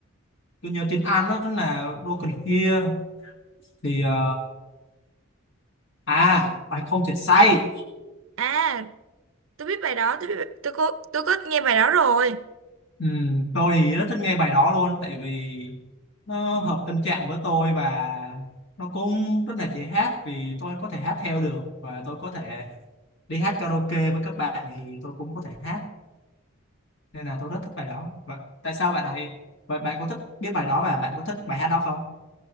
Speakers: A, on the left; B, on the right.
A: tôi nhớ tiếng Anh đó là Broken Here thì ờ, à bạn không thể say
B: À, tôi biết bài đó, tôi biết tôi có tôi có nghe bài đó rồi.
A: ừ, tôi thì rất thích nghe bài đó luôn tại vì nó hợp tâm trạng với tôi và nó cũng rất là dễ hát vì tôi có thể hát theo được và tôi có thể đi hát karaoke với các bạn thì tôi cũng có thể hát nên là tôi rất thích bài đó vậy tại sao bạn lại vậy bạn có thích biết bài đó và bạn có thích bài hát đó không